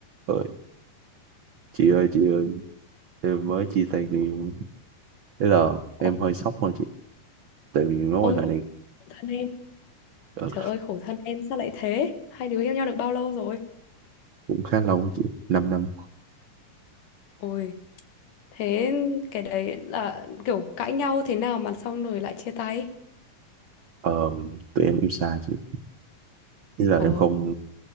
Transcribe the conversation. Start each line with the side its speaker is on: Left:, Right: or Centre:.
Right: Ơi, chị ơi chị ơi em mới chia tay người yêu thế là em
Left: Ô-
Right: hơi sốc thôi chị tại vì mối
Left: Ôi
Right: quan hệ
Left: khổ
Right: này
Left: khổ thân em
Right: ờ,
Left: Trời ơi khổ thân em sao lại thế Hai đứa yêu nhau được bao lâu rồi
Right: cũng khá lâu á chị 5 năm năm.
Left: Ôi thế cái đấy là kiểu cãi nhau thế nào mà xong rồi lại chia tay
Right: Ờ, tụi em yêu xa chị ý là
Left: Ồ
Right: em không